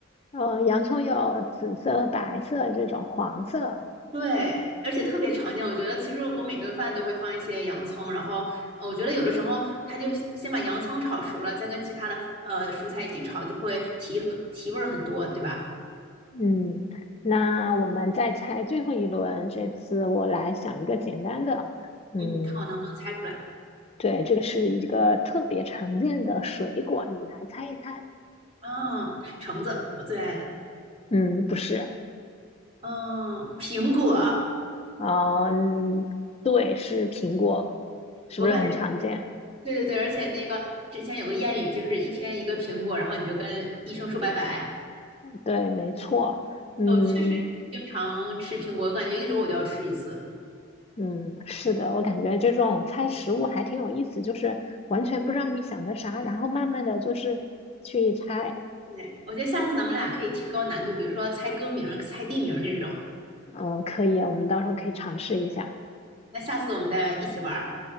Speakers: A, on the left; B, on the right.
A: 呃，洋葱有紫色、白色这种黄色，
B: 对，而且特别常见。我觉得其实我每顿饭都会放一些洋葱，然后呃我觉得有的时候它就先把洋葱炒熟了，再跟其他的呃蔬菜一起炒，就会提提味儿很多，对吧？
A: 嗯，那我们再猜最后一轮，这次我来想一个简单的，嗯，
B: 嗯，看我能不能猜出来。
A: 对，这个是一个特别常见的水果，你来猜一猜。
B: 嗯，橙子我最爱的。
A: 嗯，不是，
B: 嗯，苹果，
A: 啊，嗯，对，是苹果，是不是很常见？
B: 我感觉对对对，而且那个之前有个谚语，就是一天一个苹果，然后你就跟医生说拜拜。
A: 对，没错，嗯
B: 我确实经常吃苹果，我感觉一周我就要吃一次。
A: 嗯，是的，我感觉这种猜食物还挺有意思，就是完全不知道你想的啥，然后慢慢的就是去一猜，
B: 对，我觉得下次咱们俩可以提高难度，比如说猜歌名儿、猜地名儿这种。
A: 嗯，可以，我们到时候可以尝试一下，
B: 那下次我们再一起玩儿，